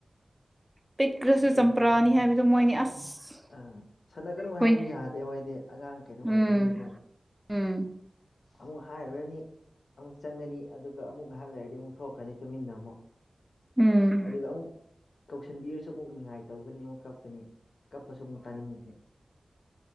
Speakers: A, in the centre; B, on the left (about 90°).
A: ꯄꯤꯛꯈ꯭ꯔꯨꯁꯨ
B: ꯑꯗꯤ
A: ꯆꯝꯄ꯭ꯔꯥꯅꯤ ꯍꯥꯏꯕꯗꯨ ꯃꯣꯏꯅꯤ ꯑꯁ
B: ꯑꯥ ꯁꯥꯟꯅꯒꯅꯨ
A: ꯍꯣꯏ
B: ꯍꯥꯏꯕꯁꯨ ꯌꯥꯗꯦ ꯃꯣꯏꯗꯤ ꯑꯉꯥꯡ ꯀꯩꯅꯣ ꯑꯣꯏꯕꯅꯤꯅꯀꯣ
A: ꯎꯝ ꯎꯝ
B: ꯑꯃꯨꯛ ꯍꯥꯏꯔꯨꯔꯅꯤ ꯑꯃꯨꯛ ꯆꯪꯒꯅꯤ ꯑꯗꯨꯒ ꯑꯃꯨꯛ ꯉꯥꯏꯍꯥꯛ ꯂꯩꯔꯗꯤ ꯑꯃꯨꯛ ꯊꯣꯛꯈ꯭ꯔꯅꯤ ꯇꯨꯃꯤꯟꯅ ꯑꯃꯨꯛ
A: ꯎꯝ
B: ꯑꯗꯨꯒ ꯑꯃꯨꯛ ꯀꯧꯁꯟꯕꯤꯔꯁꯨ ꯑꯃꯨꯛ ꯅꯤꯉꯥꯏ ꯇꯧꯒꯅꯤ ꯑꯃꯨꯛ ꯀꯞꯀꯅꯤ ꯀꯞꯄꯁꯨ ꯑꯃꯨꯛ ꯇꯥꯅꯤꯡꯉꯦ